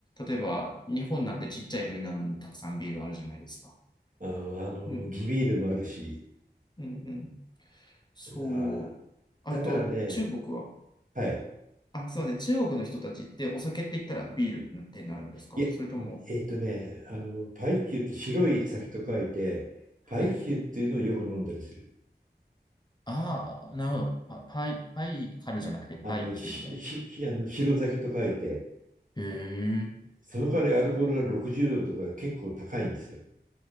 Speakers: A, on the left (about 25°); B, on the right (about 50°).
A: 例えば、日本なんてちっちゃい国なのにたくさんビールあるじゃないですか。
B: あの、あの地ビールもあるし。
A: うん、うん、うん。そう。
B: あ、
A: あと、
B: だからね、
A: 中国は、
B: はい。
A: あ、すいません。中国の人たちってお酒って言ったらビールってなるんですかそれとも、
B: いや、えっとね、あの、パイキュって白い酒と書いて、
A: はい。
B: パイキュっていうのをよく飲んだりする。
A: ああ、なるほど。パ、パイ、パイカルじゃなくてパイキューみたいな。
B: あの、し、し、あの、白酒と書いて、
A: へえ。
B: その代わりアルコールが60度とか結構高いんですよ。<laughs>